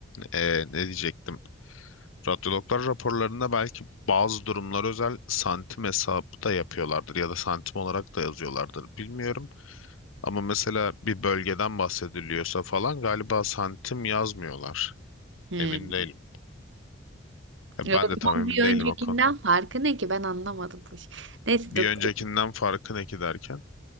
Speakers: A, on the left; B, on the right.
A: Eee, ne diyecektim? Radyologlar raporlarında belki bazı durumlar özel santim hesabı da yapıyorlardır ya da santim olarak da yazıyorlardır bilmiyorum. Ama mesela bir bölgeden bahsediliyorsa falan galiba santim yazmıyorlar.
B: Hmm.
A: Emin değilim. Ya
B: E
A: ben
B: o zaman
A: de tam emin
B: bir öncekinden
A: değilim o konuda.
B: farkı ne ki ben anlamadım bu iş. Neyse
A: Bir
B: doktor.
A: öncekinden farkı ne ki derken?